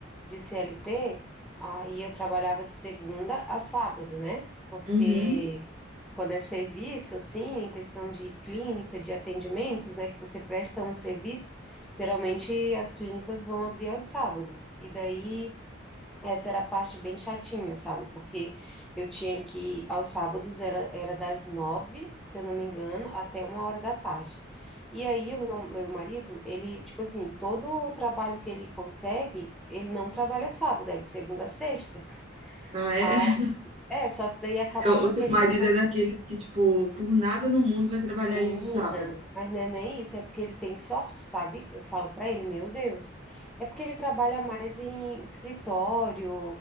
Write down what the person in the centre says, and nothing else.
de CLT, aí eu trabalhava de segunda a sábado, né? Porque
quando é serviço, assim, questão de clínica, de atendimentos, né, que você presta um serviço, geralmente as clínicas vão abrir aos sábados. E daí. Essa era a parte bem chatinha, sabe? Porque eu tinha que, aos sábados, era, era das nove, se eu não me engano, até uma hora da tarde. E aí, o meu, meu marido, ele, tipo assim, todo o trabalho que ele consegue, ele não trabalha sábado, é de segunda a sexta.
Aí, é, só que daí acabava
que a
gente não.
Menina,
mas não é nem isso, é porque ele tem sorte, sabe? Eu falo pra ele, meu Deus. É porque ele trabalha mais em escritório,